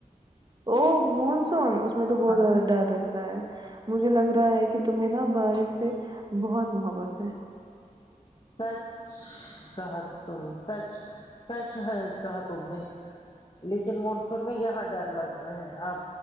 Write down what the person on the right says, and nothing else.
او مونسون <unintelligible> تو بہت
زیادہ ڈر رہتا ہے مجھے لگ رہا ہے کہ تمہیں نہ بارش سے بہت زیادہ محبت ہے